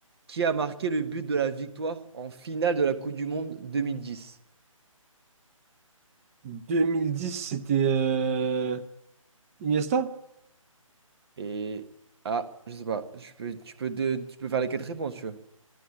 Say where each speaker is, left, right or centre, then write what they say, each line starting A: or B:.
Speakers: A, on the right; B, on the right.
A: Qui a marqué le but de la victoire en finale de la Coupe du Monde 2010?
B: 2010, c'était euh, Iniesta?
A: Et. Ah, je sais pas. Je peux, tu peux, te- tu peux faire les quatre réponses, si tu veux.